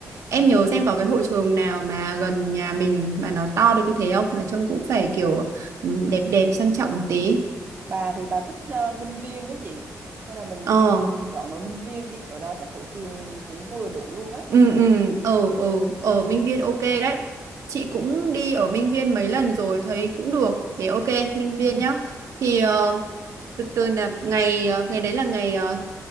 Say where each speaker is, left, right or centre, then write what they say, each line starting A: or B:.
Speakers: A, on the right; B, on the right.
A: Em
B: ok.
A: nhớ xem có cái hội trường nào mà gần nhà mình mà nó to được như thế không? Mà trông cũng phải kiểu ừm, đẹp đẹp sang trọng
B: Ừ.
A: một tí.
B: Bà thì bà thích ờ, Minh Viên á chị. Hay là mình
A: Ờ
B: mình chọn ở Minh Viên đi, ở đó chắc hội trường cũng vừa đủ luôn á.
A: ừ ừ ừ ừ ở Minh
B: Ừ.
A: Viên ok đấy chị cũng đi ở Minh Viên mấy lần rồi thấy cũng được thế ok Minh
B: Ừ.
A: Viên nhá thì ờ, từ từ
B: Cái-
A: là ngày ờ, ngày đấy là ngày ờ,